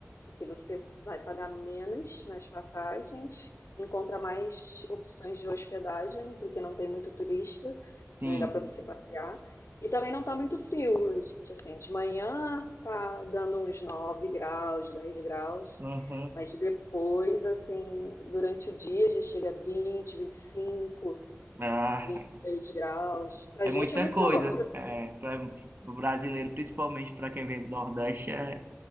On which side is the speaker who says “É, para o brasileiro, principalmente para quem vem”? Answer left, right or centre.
Right